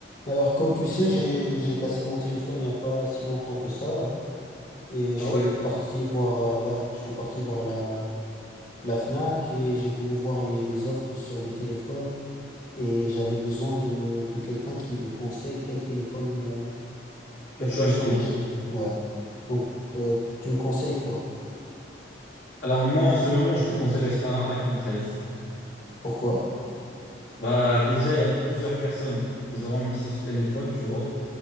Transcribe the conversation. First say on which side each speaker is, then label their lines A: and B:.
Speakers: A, on the left; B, on the left.
A: Alors, comme tu sais,
B: Oui.
A: j'ai j'ai cassé mon téléphone il n'y a pas si longtemps que ça, et
B: Ah
A: je suis
B: ouais,
A: parti voir, euh, ouais, je suis parti voir la la Fnac et j'ai voulu voir les les offres sur les téléphones et j'avais besoin de de quelqu'un qui me conseille quel téléphone euh, quel
B: que tu
A: téléphone
B: as acheté.
A: acheter. Ouais. Donc, euh, tu me conseilles quoi?
B: Alors moi, en ce moment, je te conseille d'acheter un iPhone 13.
A: Pourquoi?
B: Bah déjà, il y a plusieurs personnes qui ont remercié ce téléphone, tu vois.